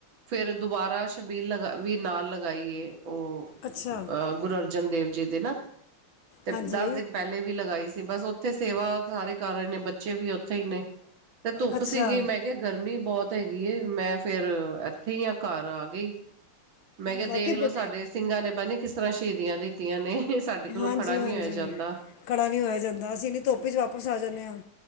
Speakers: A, on the right (about 65°); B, on the left (about 70°).
A: ਫਿਰ ਦੁਬਾਰਾ ਸ਼ਬੀਲ ਵੀ ਨਾਲ ਲਗਾਈਏ। ਉਹ
B: ਅੱਛਾ
A: ਗੁਰੂ ਅਰਜਨ ਦੇਵ ਜੀ ਦੇ ਨਾ ਤੇ
B: ਹਾਂਜੀ
A: ਦਸ ਦਿਨ ਪਹਿਲੇ ਵੀ ਲਗਾਈ ਸੀ, ਬਸ ਉੱਥੇ ਸੇਵਾ ਸਾਰੇ ਕਰ ਰਹੇ ਨੇ, ਬੱਚੇ ਵੀ ਉੱਥੇ ਹੀ ਨੇ ਤੇ ਧੁੱਪ
B: ਅੱਛਾ
A: ਸੀਗੀ, ਮੈਂ ਕਿਹਾ ਗਰਮੀ ਬਹੁਤ ਹੈਗੀ, ਮੈਂ ਫੇਰ ਇੱਥੇ ਹੀ ਆ ਘਰ ਆ ਗਈ। ਮੈਂ ਕਿਹਾ ਦੇਖ
B: ਬਾਕੀ
A: ਲਓ
B: ਬ-
A: ਸਾਡੇ ਸਿੰਘਾਂ ਨੇ ਪਤਾ ਨੀ ਕਿਸ ਤਰ੍ਹਾਂ ਸ਼ਹੀਦੀਆਂ ਦਿੱਤੀਆਂ ਨੇ ਇਹ ਸਾਡੇ ਕੋਲੋਂ
B: ਹਾਂਜੀ
A: ਖੜਾ ਨਹੀਂੀ
B: ਹਾਂਜੀ
A: ਹੋਇਆ ਜਾਂਦਾ
B: ਖੜਾ ਨਹੀਂ ਹੋਇਆ ਜਾਂਦਾ ਅਸੀਂ ਐਨੀ ਧੋਪ ' ਚ ਵਾਪਸ ਆ ਜਾਂਦੇ ਹਾਂ